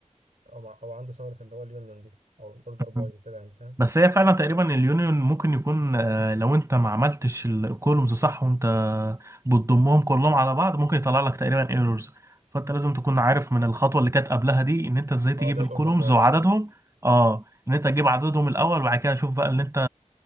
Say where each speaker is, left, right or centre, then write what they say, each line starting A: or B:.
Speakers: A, on the right (about 75°); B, on the right (about 25°).
A: او مع- أو عنده ثغره اللي هو اليونيون دي او الاوردر باي
B: مهم.
A: وكده يعني فاهم
B: بس هي فعلا تقريبا اليونيون ممكن يكون آه، لو انت ما عملتش الكولومز صح وانت بتضمهم كلهم على بعض ممكن يطلع لك تقريبا ايرورز فانت لازم تكون عارف من الخطوه اللي كانت قبلها دي ان انت ازاي تجيب
A: اه لا
B: الكولومز
A: الاوردر باي
B: وعددهم اه ان انت تجيب عددهم الاول وبعد كده شوف بقى اللي انت